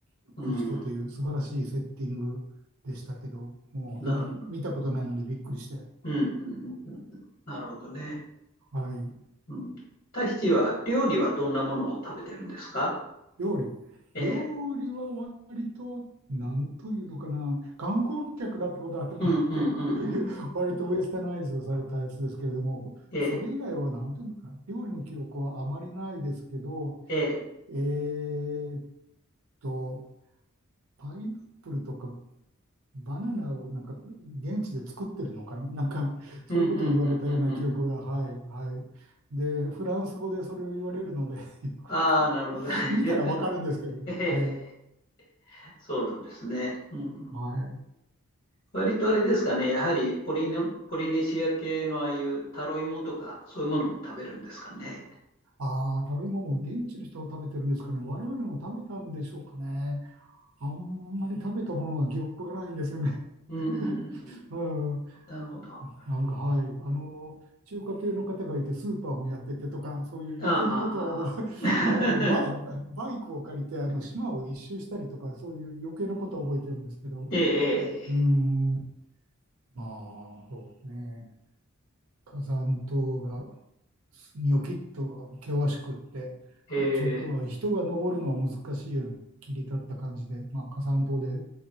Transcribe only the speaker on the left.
うん。
なる、うん、うん、うんうんなるほどね。
うん。タヒチは、料理はどんなものを食べてるんですか
ええ、
うん、うん、うん、
うん。
ええ、
ええ、
うん、うん、うん、うん、うんうん。
ああ、なるほどね。
<laughs> ええ、
そうなんですね。うんうん、
割とあれですかね、やはりポリネ、ポリネシア系のああいうタロイモとか、そういうものも食べるんですかね。
うんうんうんうん。
なるほど。あ
はははは。
<laughs>
ええ
ええええ